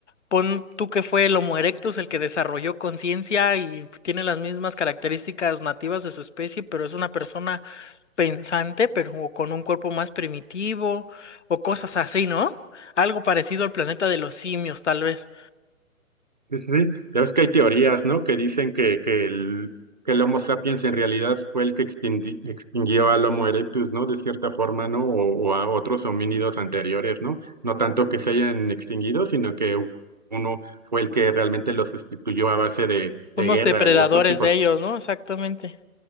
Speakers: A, on the left; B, on the right.
A: pon tú que fue el Homo erectus el que desarrolló conciencia y tiene las mismas características nativas de su especie, pero es una persona pensante, pero con un cuerpo más primitivo, o cosas así, ¿no? Algo parecido al planeta de los simios, tal vez.
B: Sí, sí, sí. Ya ves que hay teorías, ¿no? Que dicen que, que, el, que el Homo sapiens en realidad fue el que extingui- extinguió al Homo erectus, ¿no? De cierta forma, ¿no? O, o a otros homínidos anteriores, ¿no? No tanto que se hayan extinguido, sino que u- uno fue el que realmente los sustituyó a base de,
A: Fuimos
B: de guerra
A: depredadores
B: y otros tipos,
A: de ellos, ¿no? Exactamente.